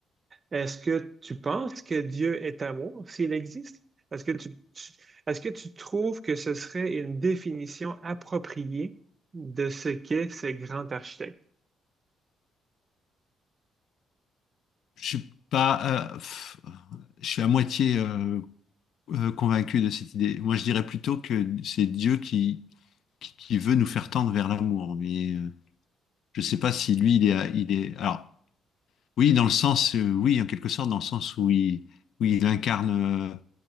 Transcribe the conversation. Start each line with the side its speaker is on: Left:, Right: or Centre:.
Right: Est-ce que tu penses que Dieu est amour, s'il existe? Est-ce que tu, tu- est-ce que tu trouves que ce serait une définition appropriée de ce qu'est ce grand architecte?
Left: Je suis pas, euh, pff, je suis à moitié euh, euh, convaincu de cette idée. Moi, je dirais plutôt que c'est Dieu qui, qui qui veut nous faire tendre vers l'amour. Mais euh, je sais pas si lui, il est, à- il est. Alors, oui, dans le sens, euh, oui, en quelque sorte, dans le sens où il, où il incarne, euh,